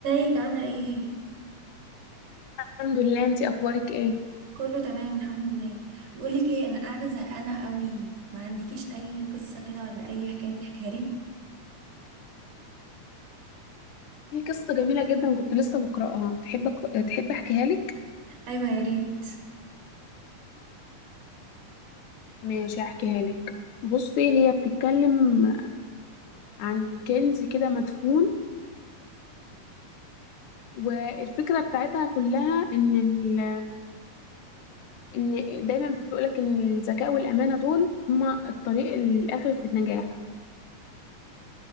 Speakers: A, on the right; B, on the left.
A: ازيك عاملة ايه؟
B: الحمد لله انتي اخبارك ايه
A: كله تمام الحمد لله بقولك ايه انا قاعدة زهقانة قوي ما عندكيش اي قصة كده ولا اي حكاية تحكيها لي
B: في قصه جميله جدا كنت لسه بقراها تحب أك- تحب احكيها لك
A: ايوه يا ريت
B: ماشي احكيها لك بصي هي بتتكلم عن كنز كده مدفون والفكره بتاعتها كلها ان ال... ان دايما بيقولك ان الذكاء والامانه دول هما الطريق الاخر في النجاح